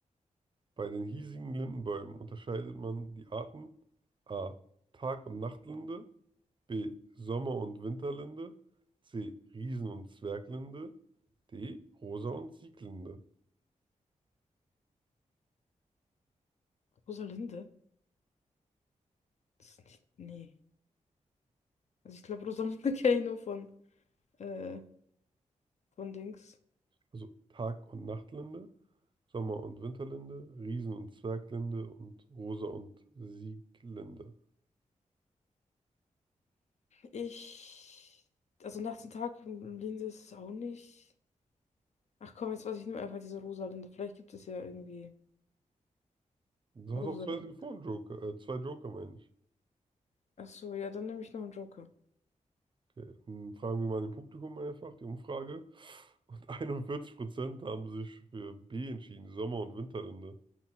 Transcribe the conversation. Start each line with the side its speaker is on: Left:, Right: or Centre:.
Right: Bei den hiesigen Lindenbäumen unterscheidet man die Arten A. Tag- und Nachtlinde, B. Sommer- und Winterlinde, C. Riesen- und Zwerglinde, D. Rosa- und Sieglinde.
Left: Rosalinde? Das ist nicht. Nee. Also ich glaube, Rosamunde <laughs> kenne ich nur von, äh, von Dings.
Right: Also Tag- und Nachtlinde, Sommer- und Winterlinde, Riesen- und Zwerglinde und Rosa- und Sieglinde.
Left: Ich, also nachts und Tag, Linse ist es auch nicht. Ach komm, jetzt weiß ich nur einfach diese Rosalinde. Vielleicht gibt es ja irgendwie
Right: Du
Left: Rosalinde.
Right: hast auch zwei Telefonjoker, äh, zwei Joker, meine ich.
Left: Ach so, ja, dann nehme ich noch einen Joker.
Right: Okay. dann Fragen wir mal im Publikum einfach die Umfrage. Und <laughs> 41% haben sich für B entschieden, Sommer- und Winterlinde.